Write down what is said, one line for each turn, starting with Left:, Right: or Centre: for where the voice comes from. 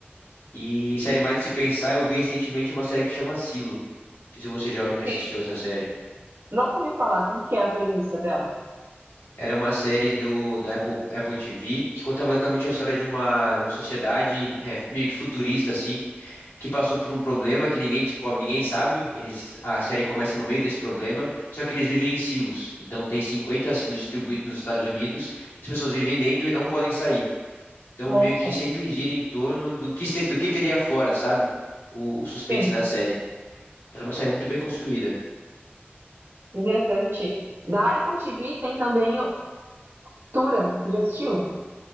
Left: E série mais de se pensar, eu vi recentemente uma série que chama Silo. Não sei se você já já assistiu
Right: Sim.
Left: essa série.
Right: Nunca ouvi falar. Como que é a premissa dela?
Left: Era uma série do, da Apple, Apple TV que conta basicamente a história de uma, de uma sociedade é, meio que futurista, assim, que passou por um problema que ninguém descobre, ninguém sabe. Eles, a série começa no meio desse problema, só que eles vivem em silos. Então tem 50 silos distribuídos nos Estados Unidos, as pessoas vivem dentro e não podem sair. Então
Right: Nossa.
Left: meio que sempre gira em torno do que, este- do que teria fora, sabe? O, o suspense
Right: Sim.
Left: da série. Mas é uma série muito bem construída.
Right: Interessante. Da Apple TV tem também o Tura. Você já assistiu?